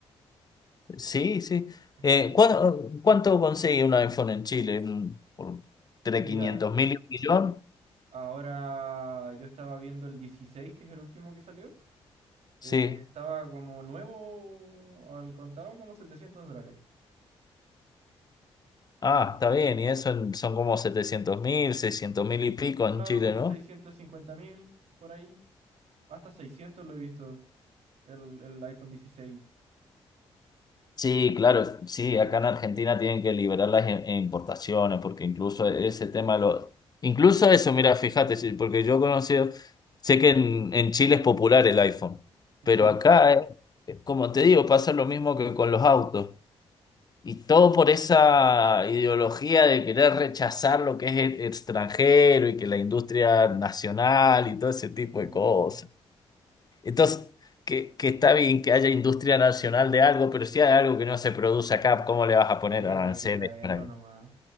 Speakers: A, on the left (about 35°); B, on the right (about 75°).
A: Sí, sí.
B: es
A: Eh,
B: cómodo.
A: ¿cuánto, cuánto consigue un iPhone en Chile? Mm, ¿Por 3.500
B: Mira,
A: mil y un millón?
B: ahora yo estaba viendo el 16, que es el último que salió.
A: Sí.
B: eh, estaba como nuevo al contado como 700 dólares.
A: Ah, está bien. Y eso en- son como setecientos mil, seiscientos mil y pico
B: Claro,
A: en Chile,
B: como
A: ¿no?
B: seiscientos cincuenta mil por ahí. Hasta 600 lo he visto el, el iPhone 16.
A: Sí, claro. Sí, acá en Argentina tienen que liberar las im- importaciones porque incluso ese tema lo... Incluso eso, mira, fíjate, sí, porque yo he conocido, sé que en, en Chile es popular el iPhone, pero
B: Sí.
A: acá, eh, como te digo, pasa lo mismo que con los autos. Y todo por esa ideología de querer rechazar lo que es e- extranjero y que la industria nacional y todo ese tipo
B: Bu-
A: de cosas. Entonces, que, que está bien que haya industria nacional de algo, pero si hay algo que no se produce acá, ¿cómo le vas a
B: sí,
A: poner aranceles
B: pues hay que traerlo
A: para
B: nomás.
A: <laughs>